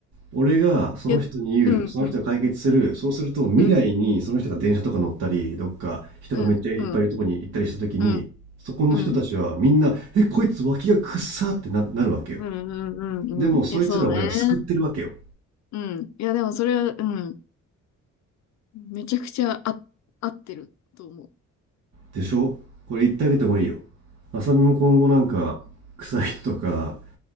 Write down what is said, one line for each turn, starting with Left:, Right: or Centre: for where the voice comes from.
Right: 俺がその人に言うその人が解決するそうすると未来にその人が電車とか乗ったりどっか人がめっちゃいっぱいいるとこに行ったりした時にそこの人たちはみんな「えこいつ脇がくっさ」ってななるわけよ
Left: いや、うん。うん。うん。うん。うん。うん。うん。うん。うんうんいや、
Right: でもそいつらを俺は救ってるわけよ
Left: そうね。うん。いや、でもそれは、うん。めちゃくちゃあ、合ってると思う。
Right: でしょこれ言ってあげてもいいよ。
Left: うん。
Right: あさみも今後なんか、臭い人とか、